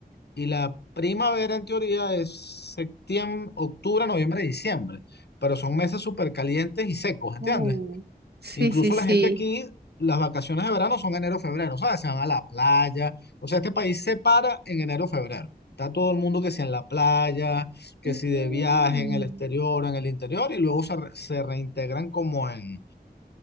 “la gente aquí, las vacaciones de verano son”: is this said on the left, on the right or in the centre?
Left